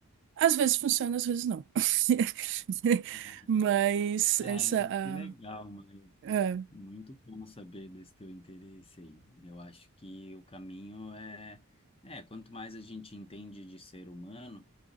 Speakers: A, on the right; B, on the left.
A: Às vezes funciona, às vezes não. <laughs>
B: <laughs>
A: Mas
B: Ah,
A: essa,
B: mas
A: ah,
B: que legal, Maia.
A: ah,
B: Muito bom saber desse teu interesse aí. Eu acho que o caminho é, é, quanto mais a gente entende de ser humano,